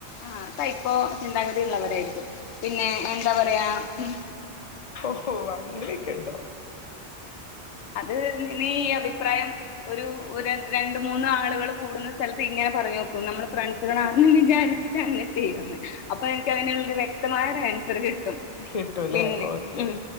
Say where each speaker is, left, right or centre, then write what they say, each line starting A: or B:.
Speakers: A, on the left; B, on the left.
A: ആഹ് തയ്പ്പോ ചിന്താഗതിള്ളവരായിരിക്കും പിന്നെ എന്താ പറയാ ഉം
B: ഓഹ്ഓഹ്അങ്ങനെയൊക്കെണ്ടോ
A: അത് നീ അഭിപ്രായം ഒരു രണ്ട്മൂന്ന് ആളുകൾ കൂടുന്ന സെൽത്ത് ഇങ്ങനെ പറഞ്ഞ്നോക്കൂ നമ്മൾ ഫ്രണ്ട്സുകളാണന്ന് വിചാരിച്ചിട്ട് അങ്ങനെ ചെയ്യുന്നെ അപ്പൊ എനക്ക്തിനുള്ളൊരു വെ ക്തമായൊരു ആൻസർ കിട്ടും
B: കിട്ടൂല്ലേ
A: പിന്നെ
B: ഓക്കെ
A: ഉം